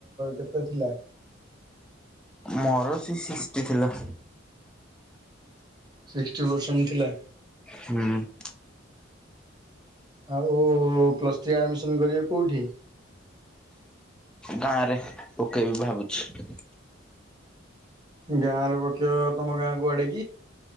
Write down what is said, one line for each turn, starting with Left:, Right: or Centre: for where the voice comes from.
Right: କେତେ ଥିଲା?
Centre: ମୋର ସେ ସିକ୍ସଟି ଥିଲା।
Right: ସିକ୍ସିଟି ପରସେଣ୍ଟ ଥିଲା?
Centre: ହୁଁ।
Right: ଆଉ ପ୍ଲସ ଥ୍ରୀ ଆଡମିସନ କରିବେ କୋଉଠି?
Centre: ଗାଁ ରେ ପକେଇବି ଭାବୁଛି।
Right: ଗାଁ ରେ ପକିବ ତମ ଗାଁ କୁ ଆଡିକି